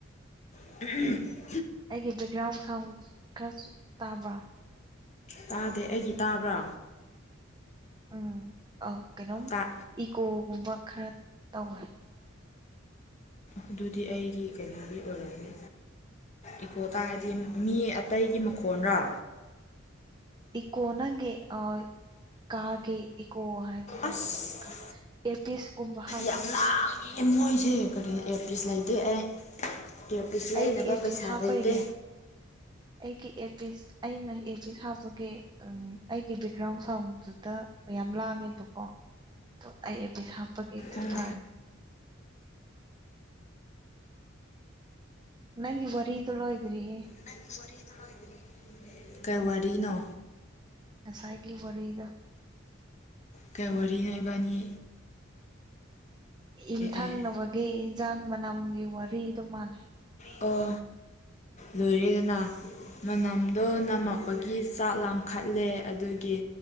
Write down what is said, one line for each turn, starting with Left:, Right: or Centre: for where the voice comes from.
Left: <unintelligible>
Right: ꯑꯩꯒꯤ ꯕꯦꯛꯒ꯭ꯔꯥꯎꯟ ꯁꯥꯎꯟ ꯈꯔꯁꯨ ꯇꯥꯕ꯭ꯔꯥ
Left: ꯇꯥꯗꯦ ꯑꯩꯒꯤ ꯇꯥꯕ꯭ꯔꯥ
Right: ꯎꯝ ꯑꯣ ꯀꯦꯅꯣ
Left: ꯇ
Right: ꯏꯀꯣꯒꯨꯝꯕ ꯈꯔ ꯇꯧꯋꯦ
Left: ꯑꯗꯨꯗꯤ ꯑꯩꯒꯤ ꯀꯔꯤꯒꯤ ꯑꯣꯏꯔꯝꯃꯤ ꯏꯀꯣ ꯇꯥꯔꯗꯤ ꯃꯤ ꯑꯇꯩꯒꯤ ꯃꯈꯣꯟꯔꯣ
Right: ꯏꯀꯣ ꯅꯪꯒꯤ ꯑ ꯀꯥꯒꯦ ꯏꯀꯣ ꯍꯥꯏꯗꯣꯏꯅꯦ
Left: ꯑꯁ
Right: ꯀ ꯑꯦꯔꯄꯤꯁ ꯀꯨꯝꯕ
Left: ꯌꯥꯝ ꯂꯥꯡꯉꯦ ꯃꯣꯏꯁꯦ ꯀꯔꯤ ꯏꯌꯥꯔꯄꯤꯁ ꯂꯩꯇꯦ ꯑꯩ ꯀꯔꯄꯤꯤꯁ
Right: ꯑꯩꯗꯤ
Left: ꯂꯩꯅꯕ
Right: ꯑꯦꯔꯄꯤꯁ
Left: ꯄꯩꯁꯥ
Right: ꯍꯥꯞꯄꯩꯅꯦ
Left: ꯂꯩꯇꯦ
Right: ꯑꯩꯒꯤ ꯑꯦ ꯄꯁ ꯑꯩꯅ ꯑꯦ ꯄꯤꯁ ꯍꯥꯞꯄꯒꯦ ꯎꯝ ꯑꯩꯒꯤ ꯕꯦꯛꯒ꯭ꯔꯥꯎꯟ ꯁꯥꯎꯟꯗꯨꯗ ꯃꯌꯥꯝ ꯂꯥꯡꯉꯦꯕꯀꯣ ꯑꯣ ꯑꯩ ꯑꯦꯕꯤꯠ ꯍꯥꯞꯄꯒꯦ ꯈꯔ
Left: ꯎꯝ
Right: ꯐꯥꯔꯦ ꯅꯪ ꯏꯕꯔꯍꯤꯂꯣꯏꯗ꯭ꯔꯤ
Left: ꯅꯪ ꯋꯥꯔꯤ ꯑꯗꯨꯅꯣꯗ꯭ꯔꯤ ꯀꯩ ꯋꯥꯔꯤꯅꯣ
Right: ꯉꯁꯥꯏꯒꯤ ꯋꯥꯔꯤꯗꯣ
Left: ꯀꯩ ꯋꯥꯔꯤ ꯂꯩꯕꯅꯤ
Right: ꯌꯨꯝꯊꯪꯅꯕꯒꯤ
Left: ꯑꯩ
Right: ꯏꯟꯁꯥꯡ ꯃꯅꯝꯒꯤ ꯋꯥꯔꯤꯗꯣ ꯃꯥꯜꯂꯦ
Left: ꯑꯣ ꯂꯣꯏꯔꯤꯗꯨꯅ ꯃꯅꯝꯗꯣ ꯅꯝꯃꯛꯄꯒꯤ ꯆꯥꯛ ꯂꯥꯈꯠꯂꯦ ꯑꯗꯨꯒꯤ